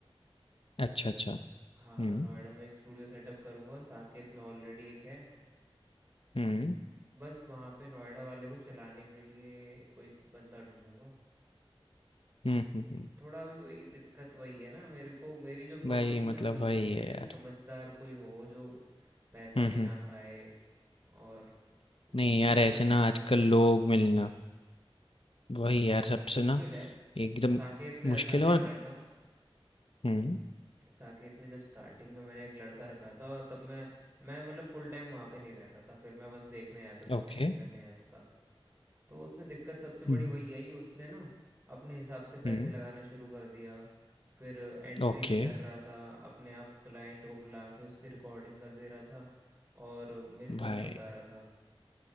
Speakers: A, on the left; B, on the right.
A: अच्छा, अच्छा।
B: हाँ
A: हुँ,
B: नोएडा में एक स्टूडियो सेटअप करूँगा साकेत में ऑलरेडी एक है
A: हुँ।
B: बस वहाँ पे नोएडा वाले को चलाने के लिए कोई बंदा ढूंढूंगा
A: हुँ, हुँ, हुँ।
B: थोड़ा अभी वही दिक्कत वही है ना मेरे को मेरी जो प्रॉब्लम्स
A: भाई मतलब
B: हैं वो यही
A: वही
B: है कि
A: है यार।
B: कोई समझदार कोई हो जो पैसा
A: हुँ,
B: भी
A: हुँ।
B: ना खाए और
A: नहीं
B: ढंग
A: यार
B: से
A: ऐसे
B: मैनेज
A: ना आजकल
B: करे
A: लोग मिलना वही यार सबसे
B: मुश्किल
A: ना
B: है
A: एकदम
B: साकेत में रखा
A: मुश्किल है
B: था एक
A: और
B: लड़का
A: hmm
B: साकेत में जब स्टार्टिंग में मैंने एक लड़का रखा था और तब मैं मैं मतलब फुल टाइम वहाँ पे नहीं रहता था फिर मैं बस देखने आता था
A: Okay
B: चेकिंग करने आता था तो उसमें दिक्कत सबसे
A: Hmm
B: बड़ी वही आई उसने ना अपने हिसाब से पैसे
A: hmm
B: लगाना शुरू कर दिया फिर एंट्री
A: Okay
B: नहीं कर रहा था अपने आप क्लाइंट को बुला के उसकी रिकॉर्डिंग कर दे रहा था और मेरे को
A: भाई
B: नहीं बता रहा था